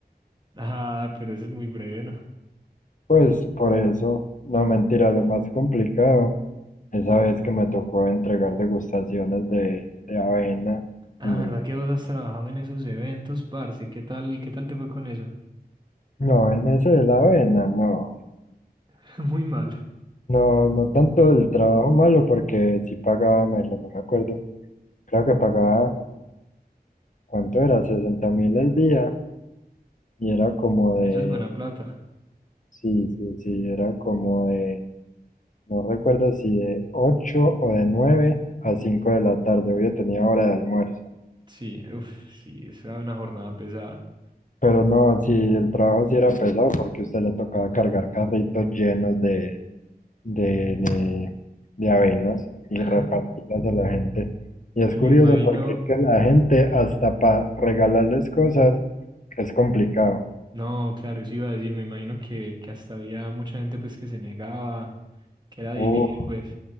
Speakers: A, on the right; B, on the left.
A: Ah, pero eso es muy breve, ¿no?
B: Pues por eso, no mentira, lo más complicado. Esa vez que me tocó entregar degustaciones de, de avena
A: Ah,
B: en
A: ¿verdad
B: el...
A: que vos has trabajado en esos eventos, parce? ¿Qué tal, qué tal te fue con eso?
B: No, en ese de la avena, no.
A: <laughs> Muy mal.
B: No, no tanto el trabajo malo porque sí pagaba menos, no me acuerdo. Creo que pagaba, ¿cuánto era? sesenta mil al día y era como de,
A: Eso es buena plata.
B: sí, sí, sí, era como de, no recuerdo si de 8 o de 9 a 5 de la tarde. Hoy yo tenía hora de almuerzo.
A: Sí, uff, sí, esa es una jornada pesada.
B: Pero no, si el trabajo sí era pesado porque a usted le tocaba cargar carritos llenos de, de, de, de avenas y
A: <laughs>
B: repartirlas a la gente. Y es
A: Y
B: curioso
A: me imagino,
B: porque es que la gente hasta para regalarles cosas es complicado.
A: no, claro, eso iba a decir, me imagino que, que hasta había mucha gente pues que se negaba, que era difícil,
B: Uh,
A: pues.